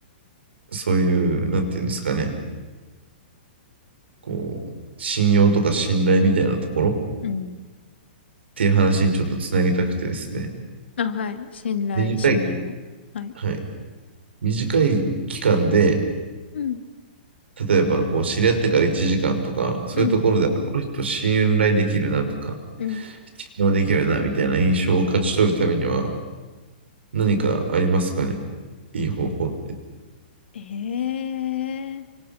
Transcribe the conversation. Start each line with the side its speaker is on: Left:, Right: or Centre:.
Right: そういう、なんていうんですかね、こう、信用とか信頼みたいなところ
Left: うん。
Right: っていう話にちょっとつなげたくてですね、
Left: あ、はい。信頼、
Right: 短い、
Left: 信用。はい。
Right: はい、短い期間で、
Left: うん。
Right: 例えば、こう、知り合ってから1時間とか、そういうところで、
Left: うん。
Right: あ、この人信頼できるなとか、
Left: うん。
Right: 信用できるなみたいな印象を勝ち取るためには、何かありますかねいい方法って。
Left: ええ